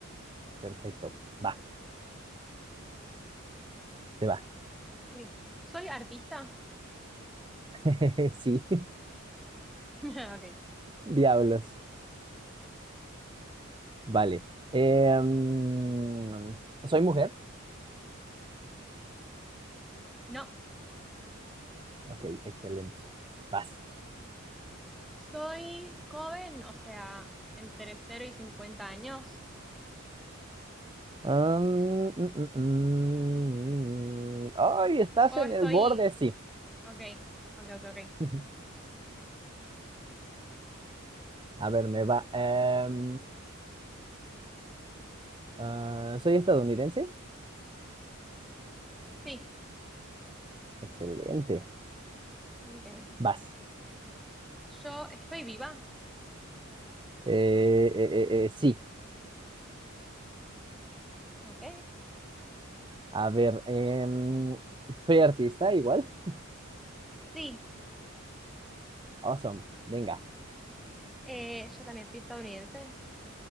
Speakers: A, on the right; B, in the centre.
A: Perfecto, va, te va.
B: Ok. ¿Soy artista?
A: <laughs> Sí,
B: <laughs> Ok.
A: <laughs> diablos, vale. Em, ¿soy mujer?
B: No.
A: Ok, excelente. Vas.
B: Soy joven, o sea, entre cero y 50 años.
A: Am, mm, mm, mm. Ay, estás
B: O
A: en
B: estoy...
A: el borde, sí.
B: Ok, ok, ok, ok.
A: <laughs> A ver, me va. em, ah, ¿soy estadounidense?
B: Sí,
A: Excelente.
B: ok.
A: Vas.
B: Yo estoy viva.
A: Eh, eh, eh, eh, sí.
B: Ok.
A: A ver, em, ¿soy artista igual? <laughs>
B: Sí,
A: Awesome. Venga.
B: eh, yo también soy estadounidense.